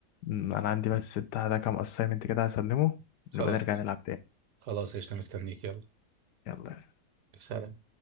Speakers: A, on the left (about 80°); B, on the right (about 75°).
A: أمم، أنا عندي بس بتاع ده كام أسايمنت كده هسلمه
B: خلاص
A: ونبقى نرجع نلعب تاني
B: خلاص قشطة مستنيك يلا
A: يلا
B: سلام